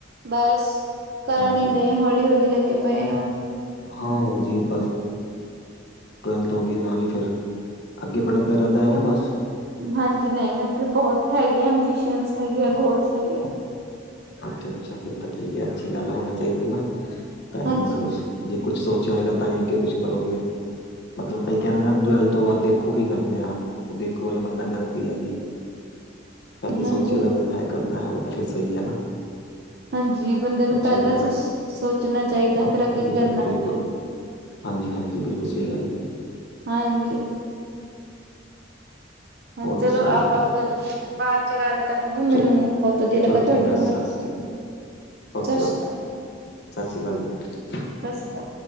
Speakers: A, on the right; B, on the left.
A: ਬਸ।
B: ਹਾਂਜੀ
A: ਕਰਨ ਹੀ ਡਏ ਆਂ, ਹੌਲੀ ਹੌਲੀ ਲੱਗੇ ਪਏ ਆਂ।
B: ਹਾਂ ਓ ਜੀ ਬਸ। ਟਵੈਲਥ ਹੋ ਗਈ ਨਾਲ ਹੀ ਫਿਰ, ਅੱਗੇ ਪੜ੍ਹਨ ਦਾ ਇਰਾਦਾ ਐ ਜਾਂ ਬਸ?
A: ਹਾਂਜੀ ਨਹੀਂ ਅੱਗੇ ਬਹੁਤ ਹੈਗੇ ਐ, ਐੰਬੀਸ਼ਨ ਹੈਗੇ ਐ, ਗੋਲਸ ਹੈਗੇ ਆ।
B: ਅੱਛਾ ਅੱਛਾ ਫਿਰ ਤਾਂ ਠੀਕ ਐ, ਅੱਛੀ ਗੱਲ ਏ, ਹੋਣੇ ਚਾਹੀਦੇ ਨੇ ਨਾ, ਤਾਂ ਹੀ
A: ਹਾਂਜੀ
B: ਹੁੰਦਾ ਕੁਛ। ਜੇ ਕੁੱਛ ਸੋਚਿਆ ਹੋਏਗਾ ਤਾਂ ਹੀ ਅੱਗੇ ਕੁਛ ਕਰੋਗੇ, ਮਤਲਬ ਕਈ ਕਹਿਣਾ ਨਾ ਟਵੈਲਥ ਉਸ ਤੋਂ ਬਾਅਦ ਦੇਖੋ ਕੀ ਕਰਦੇ ਆ, ਦੇਖੋ ਵਾਲਾ ਬੰਦਾ ਗ਼ਲਤ ਈ ਐ ਜੀ। ਪਹਿਲੇ
A: ਹਾਂਜੀ,
B: ਸੋਚਿਆ ਤਾਂ ਬਸ ਹੈ ਕਰਨਾ ਹੈ ਉਹ ਤਾਂ ਫਿਰ ਸਹੀ ਹੈ ਨਾ।
A: ਹਾਂਜੀ ਬੰਦੇ ਨੂੰ
B: ਅੱਛੀ
A: ਪਹਿਲਾਂ
B: ਗੱਲ
A: ਤਾਂ
B: ਹੈ
A: ਸੋਚਣਾ ਚਾਹੀਦਾ,
B: ਹਾਂ,
A: ਫੇਰ ਅੱਗੇ
B: ਬਿਲਕੁਲ
A: ਕੀ ਕਰਨਾ
B: ਬਿਲਕੁਲ
A: ਐ
B: ਹਾਂਜੀ ਹਾਂਜੀ ਬਿਲਕੁਲ ਸਹੀ ਗੱਲ ਕਹੀ।
A: ਹਾਂਜੀ। ਹਾਂ
B: ਹੋਰ
A: ਚਲੋ
B: ਦੱਸੋ ਜੀ
A: ਆਪਾਂ ਫੇਰ ਬਾਅਦ ਚ ਗੱਲ ਕਰਾਂਗੇ, ਮੈਨੂੰ
B: ਚਲੋ
A: ਬਹੁਤ ਵਧੀਆ ਲੱਗਾ
B: ਚਲੋ ਚੰਗਾ
A: ਤੁਹਾਡੇ ਨਾਲ
B: ਸਤਿ
A: ਗੱਲ ਕਰਕੇ।
B: ਸ੍ਰੀ ਓਕੇ
A: ਸਤਿ ਸ਼੍ਰੀ
B: ਓਕੇ
A: ਅਕਾਲ,
B: ਸਤਿ ਸ੍ਰੀ ਅਕਾਲ ਜੀ।
A: ਸਤਿ ਸ੍ਰੀ ਅਕਾਲ।